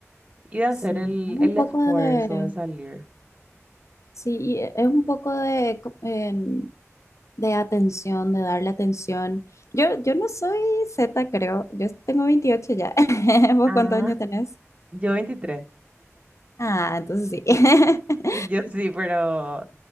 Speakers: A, on the right; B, on the left.
A: y de hacer
B: Sí,
A: el,
B: un
A: el
B: poco
A: esfuerzo
B: de,
A: de salir.
B: sí, y e- es un poco de, co- en- de atención, de darle atención. Yo, yo no soy Z, creo. Yo tengo 28 ya. <laughs> ¿Vos
A: Ah,
B: cuántos años tenés?
A: yo veintitrés
B: Ah, entonces sí. <laughs>
A: <laughs> yo sí, pero